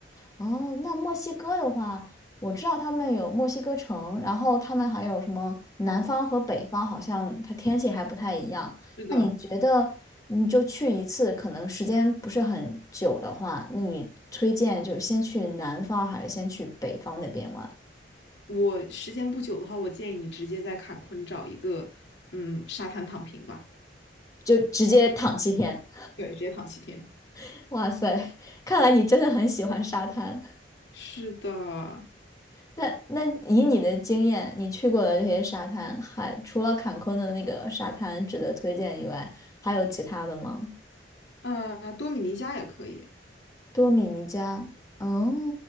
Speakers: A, on the left; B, on the left.
A: 哦，那墨西哥的话，我知道他们有墨西哥城，然后他们还有什么南方和北方，好像它天气还不太一样。
B: 是的，
A: 那你觉得，你就去一次，可能时间不是很久的话，那你推荐就是先去南方还是先去北方那边玩？
B: 我时间不久的话，我建议你直接在坎昆找一个嗯沙滩躺平吧。
A: 就直接躺七天。
B: 对，直接躺七天。
A: <laughs> 哇塞，看来你真的很喜欢沙滩。
B: 是的，
A: 那那以你的经验，你去过的这些沙滩，还除了坎昆的那个沙滩值得推荐以外，还有其他的吗？
B: 呃，多米尼加也可以，
A: 多米尼加，哦，